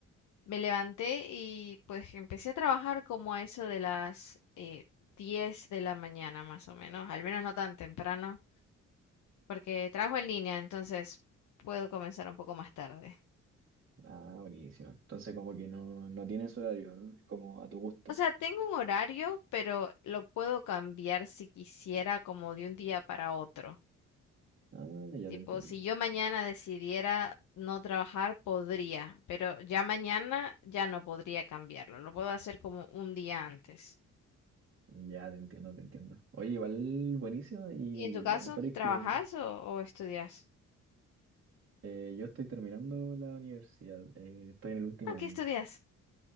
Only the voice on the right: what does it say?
Ah, buenísimo. Entonces como que no, no tienes horario, ¿no? Es como a tu gusto.
Ah, ya
te entiendo.
Ya te entiendo, te entiendo. Oye, igual buenísima y
lo mejor es
que
eh, yo estoy terminando la universidad. eh, estoy en el último
año,